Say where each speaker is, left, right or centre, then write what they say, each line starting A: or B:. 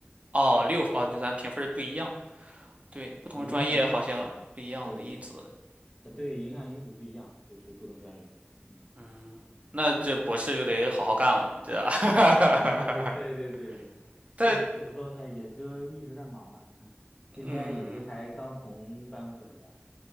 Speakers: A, on the right (about 35°); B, on the left (about 25°).
A: 哦，六哦，那咱评分不一样，对，
B: 嗯，
A: 不同的专业好像不一样的，
B: 对，影响因子，对，
A: 因此，
B: 呃，对，影响因子不一样，就是不同专业，嗯，
A: 嗯，那这博士就得好好干了，你这，<laughs>
B: <laughs> 对对对对，其实怎么说呢，
A: 但
B: 也就一直在忙吧，嗯，今天也就才刚从办公室回来，
A: 嗯，